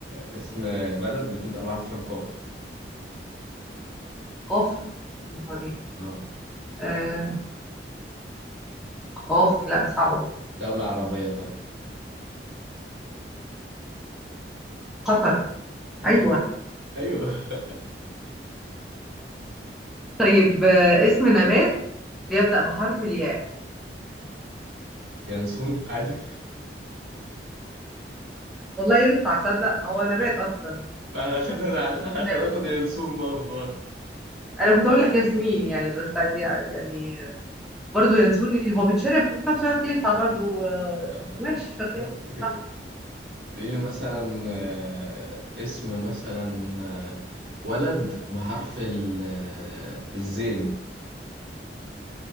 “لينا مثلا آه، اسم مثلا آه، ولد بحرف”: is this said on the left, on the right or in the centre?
Right